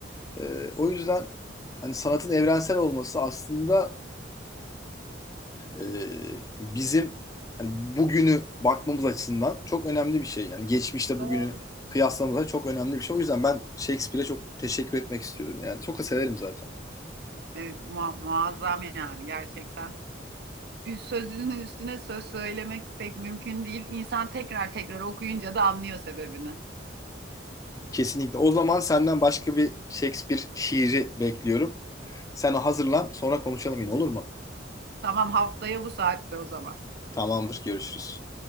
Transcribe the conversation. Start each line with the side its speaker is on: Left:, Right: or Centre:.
Left: E, o yüzden hani sanatın evrensel olması aslında e, bizim hani bugünü bakmamız açısından çok önemli bir şey. Yani geçmişte
Right: doğru.
Left: bugünü kıyaslamamız çok önemli bir şey. O yüzden ben Shakespeare'e çok teşekkür etmek istiyorum. Yani çok da severim zaten.
Right: Evet, mua- muazzam yani gerçekten. Üst sözünün üstüne söz söylemek pek mümkün değil. İnsan tekrar tekrar okuyunca da anlıyor sebebini.
Left: Kesinlikle. O zaman senden başka bir Shakespeare şiiri bekliyorum. Sen hazırlan sonra konuşalım yine olur mu?
Right: Tamam haftaya bu saatte o zaman.
Left: Tamamdır görüşürüz.